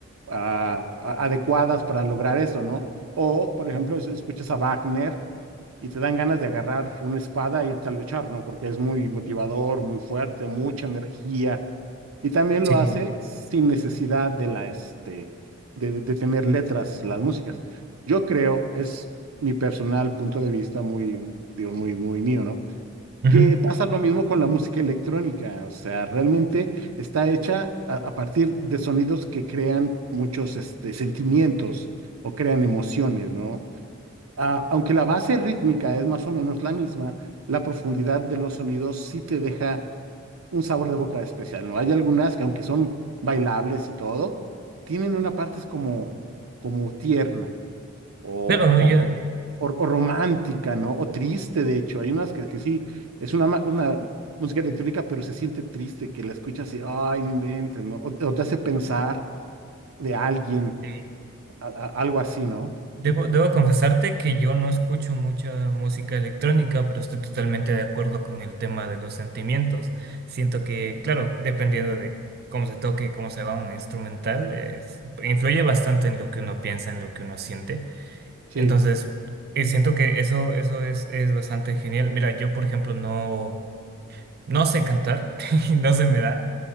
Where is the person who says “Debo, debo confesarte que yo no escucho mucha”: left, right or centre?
Right